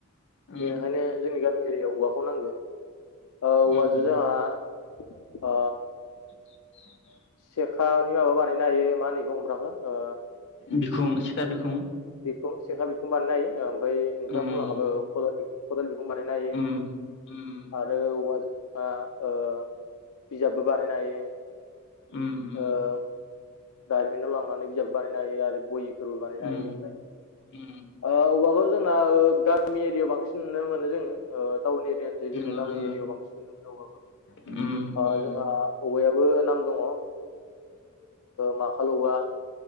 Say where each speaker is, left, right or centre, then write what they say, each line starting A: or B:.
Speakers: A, on the left; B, on the left.
A: उम
B: बेनिखायनो जोंनि गामि एरियायाव औवाखौ नांगौ ओ
A: उम
B: औवाजों जोंहा अ
A: <unintelligible> <inaudible>
B: सेखानि माबा बानायनो हायो मा होनो बे हमग्राखौ ओ
A: बिखुं सिखा बिखुं
B: बेखौ सेखा बिखुं बानायनो हायो ओमफाय नोंथाङा
A: उम
B: बुंलांखाबाय <unintelligible> खदाल बिखुं बानायनो हायो
A: उम उम
B: आरो औवाजों आ ओ बिजाबबो बानायनो हायो
A: उ उ
B: ओ दारिमिनाव लांनानै बिजाब बानायनो हायो आरो बयि फोरबो बानायनो
A: उम
B: हायो होनबाय
A: उम
B: ओ औवाखौ जोंना गामि एरियायाव बांसिन बांसिन नुनो मोनो जोङो ओ टाउन एरियानोसै जोंना
A: नंगौ
B: गामि
A: नंगौ
B: एरियाव बांसिन नुनो मोनो औवाखौ
A: उम
B: ओ
A: उम
B: जोंहा औवायाबो नाम दङ माखालौवा